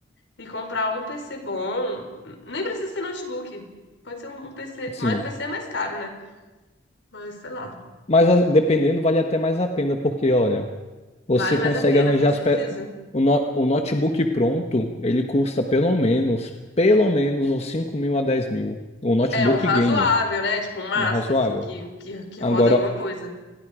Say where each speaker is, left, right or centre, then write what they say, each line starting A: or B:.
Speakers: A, on the left (about 75°); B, on the left (about 35°).
A: e comprar um PC bom. Nem precisa ser notebook. Pode ser um um PC,
B: Sim.
A: mas PC é mais caro, né? Mas sei lá.
B: Mas a- dependendo, vale até mais a pena, porque, olha. Você
A: Vale mais
B: consegue
A: a pena,
B: arranjar
A: com certeza.
B: as pe... o, no- o notebook pronto, ele custa pelo menos, pelo menos uns 5 mil a 10 mil. Um notebook
A: É um razoável,
B: gamer,
A: né? Tipo, um massa,
B: um razoável.
A: assim, que, que, que
B: Agora,
A: roda alguma coisa.